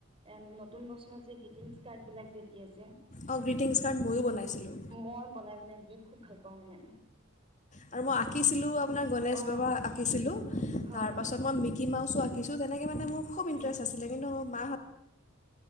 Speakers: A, on the right; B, on the left.
A: এম নতুন বছৰ মই যে গ্ৰীটিংছ কাৰ্ড বিলাই ঠিকে আছে
B: অ গ্ৰিটিংছ কাৰ্ড ময়ো বনাইছিলোঁ
A: মই বনাই বনাই দি খুব ভাল পাওঁ মানে
B: আৰু মই আঁকিছিলোঁ আপোনাৰ গণেশ
A: অঁ
B: বাবা আঁকিছিলোঁ
A: হয়
B: তাৰপাছত মই মিকি কিছু তেনে মানে মোৰ খুব ইণ্টেৰেষ্ট
A: উম
B: আছিলে কিন্তু মা হত